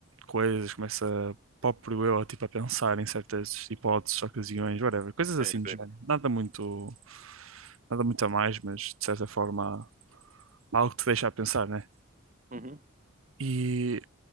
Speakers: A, on the right; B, on the right.
A: coisas, começo a próprio eu tipo a pensar em certas hipóteses, ocasiões, whatever, coisas
B: Sim,
A: assim
B: sim.
A: do género. Nada muito nada muito a mais, mas de certa forma há algo que te deixa a pensar, né?
B: uhum,
A: E